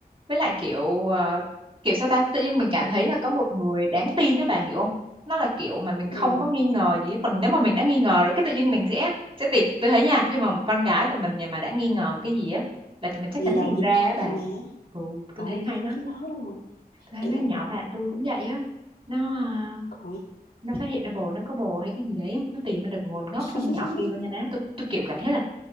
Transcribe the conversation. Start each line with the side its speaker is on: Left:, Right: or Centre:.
Right: với lại kiểu ờ, kiểu sao ta tự nhiên mình cảm thấy là có một người đáng tin đó bà hiểu không nó là kiểu mà mình
Left: ừ.
Right: không có nghi ngờ gì hết. còn nếu mà mình đã nghi ngờ rồi cái tự nhiên mình sẽ sẽ tìm tôi thấy nha khi mà một con gái tụi mình nhà mà đã nghi ngờ một cái gì á là tụi mình chắc
Left: ngày
Right: chắn
Left: đầu
Right: tìm
Left: dính
Right: ra
Left: đó
Right: á bà
Left: nha má
Right: ừ tôi
Left: ồ
Right: thấy
Left: ngày
Right: hay
Left: đầu
Right: lắm
Left: dính đó luôn mà
Right: tôi thấy
Left: kiểu
Right: mấy con nhỏ bạn tôi cũng vậy á nó ờ,
Left: coi
Right: nó phát hiện ra bồ nó có bồ hay cái gì đấy á, nó tìm ra được nguồn gốc con
Left: <laughs>
Right: nhỏ kia luôn nha má tôi tôi kiểu cảm thấy là